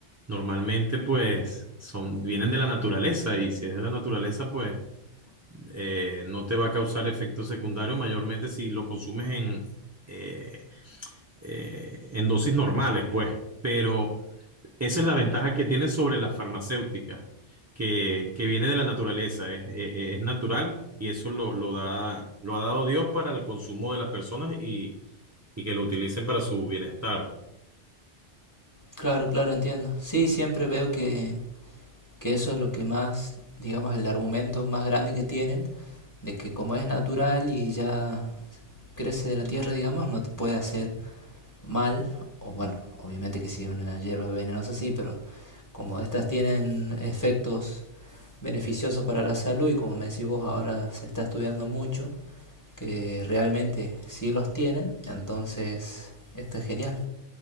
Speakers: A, on the right (about 15°); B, on the left (about 15°).
A: normalmente pues son, vienen de la naturaleza y si es de la naturaleza pues eh, no te va a causar efectos secundarios mayormente si lo consumes en, eh, eh, en dosis normales, pues. Pero esa es la ventaja que tiene sobre las farmacéuticas, que, que viene de la naturaleza, es, es- es natural y eso lo, lo da, lo ha dado Dios para el consumo de las personas y, y que lo utilicen para su bienestar.
B: Claro, claro, entiendo. Sí, siempre veo que que eso es lo que más, digamos, el argumento más grande que tienen, de que como es natural y ya crece de la tierra, digamos, no te puede hacer mal, o bueno, obviamente que si es una hierba venenosa sí, pero como estas tienen efectos beneficiosos para la salud y como me decís vos ahora se está estudiando mucho, que realmente sí los tienen, entonces está genial.